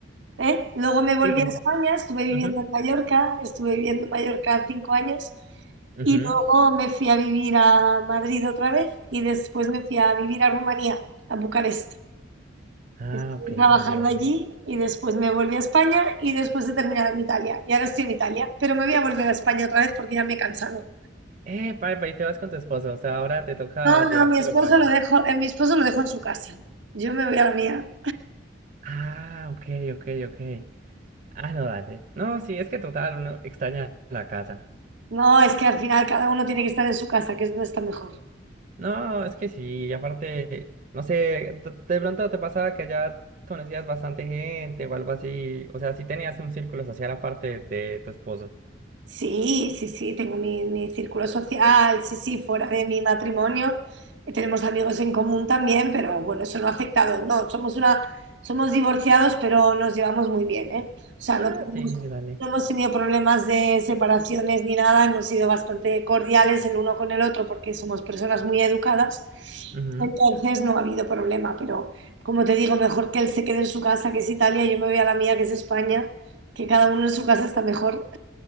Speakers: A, on the right (about 85°); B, on the right (about 45°).
A: ¿eh? Luego me volví
B: Sigue.
A: a España, estuve viviendo
B: Ujú.
A: en Mallorca, estuve viviendo en Mallorca cinco años
B: Ujú.
A: y luego me fui a vivir a Madrid otra vez y después me fui a vivir a Rumanía, a Bucarest.
B: Ah,
A: Estuve
B: ok,
A: trabajando
B: dale, dale.
A: allí y después me volví a España y después he terminado en Italia. Y ahora estoy en Italia, pero me voy a volver a España otra vez porque ya me he cansado.
B: Eh, pa, pa, y te vas con tu esposo, o sea, ahora te toca
A: No,
B: llevártelo
A: no, mi esposo
B: para allá.
A: lo dejo, eh, mi esposo lo dejo en su casa. Yo me voy a la mía.
B: Ah, ok, ok, ok. Ah, no, dale. No, sí, es que total, uno extraña la casa.
A: No, es que al final cada uno tiene que estar en su casa, que es donde está mejor.
B: No, es que sí, y aparte, no sé, t- de pronto te pasaba que ya conocías bastante gente o algo así, o sea, sí tenías un círculo social aparte de tu esposo.
A: Sí, sí, sí, tengo mi, mi círculo social, sí, sí, fuera de mi matrimonio. eh, Tenemos amigos en común también, pero bueno, eso no ha afectado. No, somos una, somos divorciados, pero nos llevamos muy bien, ¿eh? O sea,
B: Ah,
A: no tenemos,
B: sí, sí, sí, dale.
A: no hemos tenido problemas de separaciones ni nada, hemos sido bastante cordiales el uno con el otro porque somos personas muy educadas.
B: Ujú.
A: Entonces no ha habido problema, pero como te digo, mejor que él se quede en su casa, que es Italia, y yo me voy a la mía, que es España, que cada uno en su casa está mejor.